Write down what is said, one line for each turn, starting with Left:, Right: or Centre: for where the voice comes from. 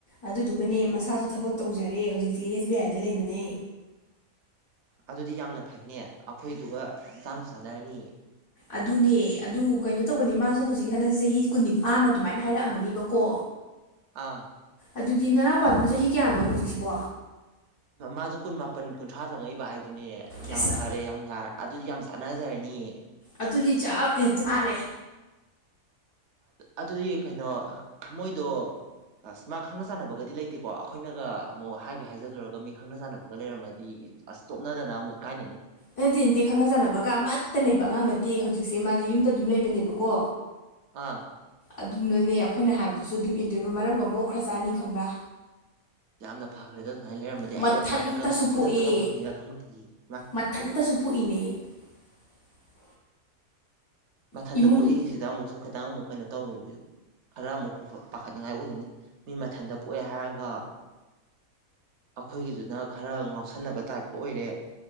Left: ꯑꯗꯨꯗꯨꯒꯅꯦ ꯃꯁꯥꯁꯨ ꯊꯕꯛ ꯇꯧꯖꯔꯦ ꯍꯧꯖꯤꯛꯁꯤ ꯑꯦꯁ ꯕꯤ ꯑꯥꯏꯗ ꯂꯩꯕꯅꯦ
Right: ꯑꯗꯨꯗꯤ ꯌꯥꯝꯅ ꯐꯩꯅꯦ ꯑꯩꯈꯣꯏꯗꯨꯒ ꯆꯥꯅꯕꯨ ꯆꯥꯟꯅꯔꯅꯤꯌꯦ
Left: ꯑꯗꯨꯅꯦ ꯑꯗꯨ ꯀꯩꯅꯣ ꯇꯧꯕꯅꯤ ꯃꯥꯁꯨ ꯍꯧꯖꯤꯛ ꯍꯟꯗꯛ ꯆꯍꯤ ꯀꯨꯟꯅꯤꯄꯥꯟꯅ ꯑꯗꯨꯃꯥꯏꯅ ꯍꯥꯏꯔꯛꯑꯝꯃꯅꯤꯕꯀꯣ
Right: ꯑꯥ
Left: ꯑꯗꯨꯗꯤ ꯅꯅꯥꯎꯄꯥꯗꯨꯅ ꯆꯍꯤ ꯀꯌꯥꯅꯣ ꯍꯧꯖꯤꯛꯁꯤꯕꯣ
Right: ꯃꯥꯁꯨ ꯀꯨꯟ ꯃꯥꯄꯟ ꯀꯨꯟꯊ꯭ꯔꯥ ꯆꯪꯉꯛꯏꯕ ꯍꯥꯏꯗꯨꯅꯦ
Left: ꯑꯁ
Right: ꯌꯥꯝ ꯐꯔꯦ ꯌꯥꯝ ꯌꯥꯔꯦ ꯑꯗꯨꯗꯤ ꯌꯥꯝ ꯆꯥ ꯅꯥꯖꯔꯅꯤꯌꯦ
Left: ꯑꯗꯨꯗꯤ ꯆꯞ ꯍꯦꯛ ꯆꯥꯔꯦ
Right: ꯑꯗꯨꯗꯤ ꯀꯩꯅꯣ ꯃꯣꯏꯗꯣ ꯑꯁ ꯃꯥ ꯈꯪꯅ ꯆꯥꯟꯅꯕꯒꯗꯤ ꯂꯩꯇꯦꯀꯣ ꯑꯩꯈꯣꯏꯅꯒ ꯑꯃꯨꯛ ꯍꯥꯏꯒ ꯍꯥꯏꯖꯤꯜꯂꯨꯔꯒ ꯃꯤ ꯈꯪꯅ ꯆꯥꯟꯅꯕꯒ ꯂꯩꯔꯝꯃꯗꯤ ꯑꯁ ꯆ‌ꯣꯞꯅꯗꯅ ꯑꯃꯨꯛ ꯏꯀꯥꯏꯅꯅꯤ
Left: ꯅꯠꯇꯦ ꯅꯠꯇꯦ ꯈꯪꯅ ꯆꯥꯟꯅꯕꯒ ꯑꯃꯠꯇ ꯂꯩꯕ ꯑꯉꯥꯡ ꯅꯠꯇꯦ ꯍꯧꯖꯤꯛꯁꯦ ꯃꯥꯁꯦ ꯌꯨꯝꯗ ꯑꯗꯨꯝ ꯂꯩꯕꯅꯦꯕꯀꯣ
Right: ꯑꯥ
Left: ꯑꯗꯨꯅꯅꯦ ꯑꯩꯈꯣꯏꯅ ꯍꯥꯏꯕ ꯑꯗꯨꯁꯨ ꯑꯗꯨꯝ ꯏꯟꯗꯣꯏꯕ ꯃꯔꯝꯒ ꯃ‌ꯣꯛꯈꯔꯖꯥꯅꯤ ꯈꯪꯕ꯭ꯔꯥ
Right: ꯌꯥꯝꯅ ꯐꯒ꯭ꯔꯦ ꯑꯗꯨꯗ ꯑꯗꯨꯃꯥꯏꯅ ꯂꯩꯔꯝꯃꯗꯤ
Left: ꯃꯊꯟꯇꯁꯨ
Right: ꯑꯩꯗꯤ ꯑꯗꯨꯃꯥꯏꯅꯒ
Left: ꯄꯣꯛꯑꯦ
Right: ꯈꯨꯗꯛꯇꯒ ꯐꯪꯅꯤꯒ ꯈꯪꯕꯗꯤꯌꯦ ꯏꯃ
Left: ꯃꯊꯟꯇꯁꯨ ꯄꯣꯛꯏꯅꯦ <inaudible>
Right: ꯃꯊꯟꯇ
Left: ꯏꯃꯨꯡ
Right: ꯄꯣꯛꯏꯁꯤꯗ ꯑꯃꯨꯛꯁꯨ ꯈꯤꯇꯪ ꯑꯃꯨꯛ ꯀꯩꯅꯣ ꯇꯧꯔꯤ ꯈꯔ ꯑꯃꯨꯛ ꯄꯥꯈꯠꯅꯤꯉꯥꯏ ꯑꯣꯏꯅꯤ ꯃꯤ ꯃꯊꯟꯗ ꯄꯣꯛꯑꯦ ꯍꯥꯏꯔꯒ ꯑꯩꯈꯣꯏꯒꯤꯗꯨꯅ ꯈꯔ ꯉꯥꯎꯁꯟꯅꯕ ꯇꯥꯏꯞꯀ ꯑꯣꯏꯔꯦ